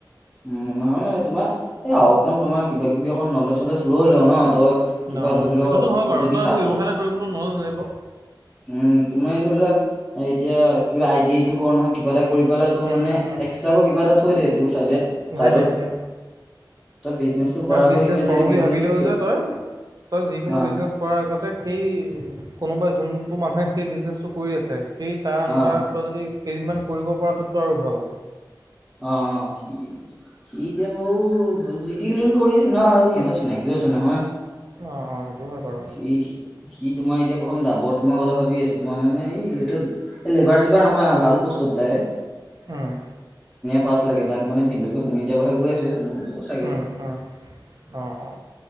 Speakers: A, in the centre; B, on the right.
A: উম, নহয় মানে তোমাৰ এই অকণ তোমাৰ কিবা কিবি অকণ নলেজ চলেজ লৈ ল ন তই কিবা
B: অ,
A: ধৰি ল
B: সেইটোতো হয় বাৰু
A: যদি
B: তই
A: চাকৰি
B: আকৌ ব্যৱসায় এটা কৰিবলৈ নলযায়িব।
A: উম তুমি ধৰি লোৱা এতিয়া কিবা আইডিইটো কৰো নহয় কিবা এটা কৰি পেলাই তোৰ
B: উম,
A: মানে
B: উম,
A: এক্সট্ৰাক কিবা এটা থৈ দিয়ে তোৰ চাইড-
B: সেইটোৱে
A: চাইডত।
B: সেইটোৱে
A: তই বিজনেচটো কৰাৰ
B: আৰু
A: আগত
B: বিজনেছ
A: এনে যদি
B: কৰোঁ বুলি
A: বিজনেচটো
B: ভাবিলেও যে তই তই যিকোনো
A: অ
B: বিজনেছ কৰাৰ আগতে সেই কোনোবা যোন কোন মানুহে সেই বিজনেছটো কৰি আছে সেই তাৰ
A: অ
B: আণ্ডাৰত যদি কেইদিনমান কৰিব পৰা সেইটো আৰু ভাল।
A: অ', সি এতিয়া বাৰু জি টি লিংক কৰি আছে নহয় সিহতৰ চিনাকিও আছে নহয়।
B: অ - অ সেইটো হয় বাৰু।
A: সি সি সি তোমাৰ এতিয়া প্ৰথম দাবৰত সোমোৱাৰ কথা ভাবি আছে তোমাৰ মানে এই এইটো এ লেবাৰ চেবাৰ নহয় ভাল প চত
B: হম,
A: পাছ লাগে তাক মানে ভিনন্দুকে সুমি দিয়া কথা কৈ আছে সোম ব চাগে।
B: উম, উম। অ - অ